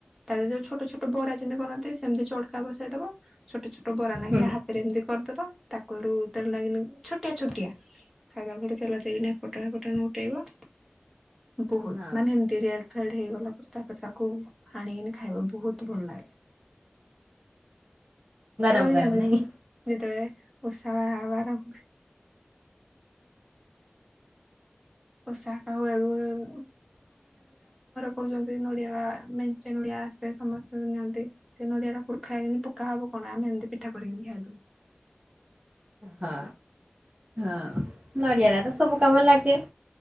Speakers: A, in the centre; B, on the right.
A: ତାଲେ ଯୋଉ ଛୋଟ ଛୋଟ ବରା ଯେମିତି କରନ୍ତି ସେମିତି ଚଟକା ବସାଇ ଦବ ଛୋଟ ଛୋଟ ବରା ନାଖିଆ
B: ହୁଁ
A: ହା ରେ ଏମିତି କରିଦବ ତାକୁଲୁ ତେଲ ଲାଗନି ଛୋଟିଆ ଛୋଟିଆ ଖାଇବା ଗୋଟେ ତେଲ ଦେଇକିନା ଫୁଟଣ ଫୁଟଣ ଫୁଟେଇବ। ବହୁତ
B: ହଁ
A: ମାନେ ଏମିତି ରେଡ଼୍ ଫେଡ଼୍ ହେଇଗଲା ପରେ ତାପରେ ତାକୁ ହାଣିକିନି ଖାଇବ ବହୁତ ଭଲ ଲାଗେ।
B: ଗରମ
A: ରହିଯାଣି
B: ଗରମ
A: ଏକ
B: ନାଇଁ
A: ଦିନ ଯେତେବେଳେ ଓଷା ବାର ହୁଏ <unintelligible> ଆମ ଘର କରୁଛନ୍ତି ନଡ଼ିଆ ମେଞ୍ଚେ ନଡ଼ିଆ ଆସ ସେ ସମସ୍ତେଙ୍କୁ ନିଅନ୍ତି ସେ ନଡ଼ିଆଟା ଖୁର୍ଖା ହେଇକି ପୋକା ହବ କଣ ଆମେ ଏମିତି ପିଠା କରିକିଣି ଖାଇଦବୁ।
B: ହଁ ହଁ ନଡ଼ିଆରା ତ ସବୁ କାମରେ ଲାଗେ।